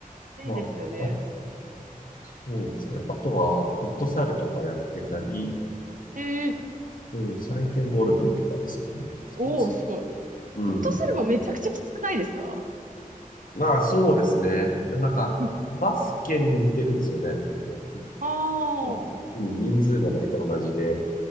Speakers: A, on the right (about 60°); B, on the left (about 70°).
A: ー、
B: う。
A: いいですよね。
B: まあ、あ、
A: う
B: そうですね。あとは、フットサルとかやってたり、
A: えー、
B: うん、最近はゴルフとかですかね。スポーツだと。
A: おお、すごい。
B: うん。
A: フットサルもめちゃくちゃきつくないですか
B: まあ、そうですね。でもなんか、
A: うん
B: バスケに似てるんですよね。
A: <laughs>
B: き
A: はあ、
B: もう、
A: は
B: うん、人数も大体同じで、